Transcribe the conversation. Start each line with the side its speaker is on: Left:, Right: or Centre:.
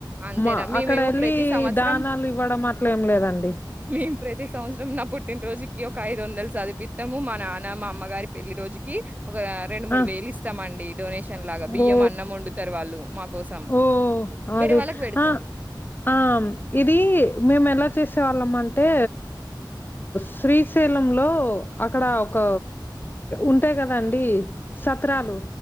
Right: అంతేనా?
Left: మా
Right: మేమేమో
Left: అక్కడ వెళ్ళి
Right: ప్రతి సంవత్సరం
Left: దానాలు ఇవ్వడం అట్ల ఏం లేదండి
Right: మేం ప్రతి సంవత్సరం నా పుట్టిన రోజుకి ఒక ఐదు వందలు చదివిపిత్తాము మా నాన్న మా అమ్మగారి పెళ్లి రోజుకి ఒకా రెండు మూడు
Left: ఆ
Right: వేలు ఇస్తామండి, డొనేషన్ లాగా బియ్యం
Left: ఓ
Right: అన్నం వండుతారు వాళ్ళు, మా కోసం
Left: ఓ
Right: వేరే
Left: అదే
Right: వాళ్ళకి పెడతారు.
Left: అ ఆం ఇది మేమెలా చేసేవాళ్ళం అంటే శ్రీశైలం లో అక్కడ ఒక ఉంటాయి. కదా అండి సత్రాలు